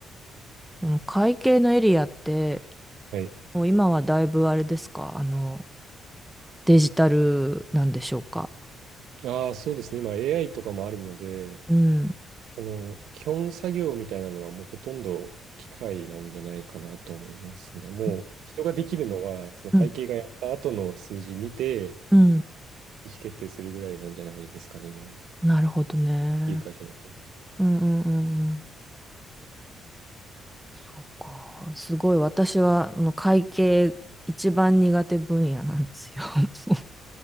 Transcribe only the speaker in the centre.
この会計のエリアって、
もう今はだいぶあれですか、あの、デジタルなんでしょうか。
うん。
うん
うんうん
なるほどね。
うんうんうんうん。そうか。すごい私はあの会計一番苦手分野なんですよ。<laughs>